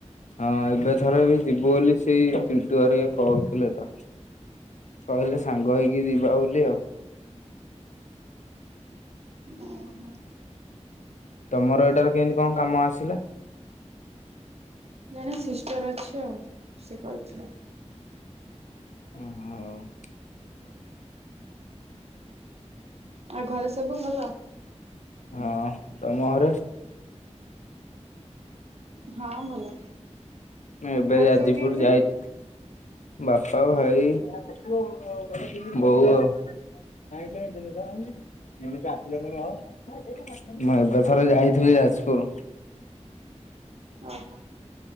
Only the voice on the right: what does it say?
ଓହୋ।
ଜଣେ ସିଷ୍ଟର ଅଛି ଆଉ ସେ କହିଥିଲେ।
ଆଉ ଘରେ ସବୁ ଭଲ।
ହଁ ଭଲ।
ଘରେ
ସବୁ କିଏ କିଏ?
ଓହୋ